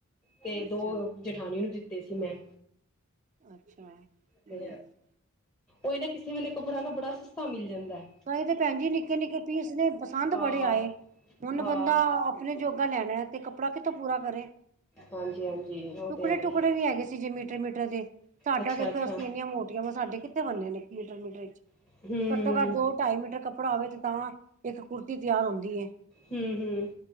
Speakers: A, on the left; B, on the right.
A: ਤੇ
B: ਅੱਛਾ
A: ਦੋ ਜਠਾਾਨ ਨੂੰ ਦਿੱਤੇ ਸੀ ਮੈਂ।
B: ਅੱਛਾ ਹੂੰ
A: ਤੇ ਉਈ ਨਾ ਕਿਸੇ ਵੇਲੇ ਕਪੜਾ ਨਾ ਬੜਾ ਸਸਤਾ ਮਿਲ ਜਾਂਦੈ।
B: ਕਈ ਤੇ ਭੈਣ ਜੀ ਨਿੱਕੇ-ਨਿੱਕੇ ਪੀਸ ਨੇ ਪਸੰਦ
A: ਹਾਂ
B: ਬੜੇ ਆਏ, ਹੁਨ
A: ਹਾਂ
B: ਬੰਦਾ ਅਪਨੇ ਜੋਗਾ ਲੈਨੈ ਤੇ ਕੱਪੜਾ ਕਿੱਥੋਂ ਪੂਰਾ ਕਰੇ।
A: ਹਾਂਜੀ ਹਾਂਜੀ ਉਹ
B: ਟੁਕੜੇ-ਟੁਕੜੇ
A: ਤੇ ਹੈ ਹੀ
B: ਵੀ ਹੈਗੇ ਸੀ ਜੇ ਮੀਟਰ-ਮੀਟਰ ਦੇ। ਤੁਹਾਡਾ
A: ਅੱਛਾ
B: ਦੇਖੋ
A: ਅੱਛਾ
B: ਅਸੀਂ ਇਨੀਆਂ ਮੋਟੀਆਂ ਵਾ, ਸਾਡੇ ਕਿਥੇ ਬੰਦੇ ਨੇ ਮੀਟਰ-ਮੀਟਰ ਵਿਚ
A: ਹਮ
B: ਘੱਟੋ ਘੱਟ ਉ ਢਾਈ ਮੀਟਰ ਕੱਪੜਾ ਹੋਵੇ ਤੇ ਤਾਂ ਇੱਕ ਕੁਰਤੀ ਤਿਆਰ ਹੁੰਦੀ ਏ।
A: ਹੂੰ-ਹੂੰ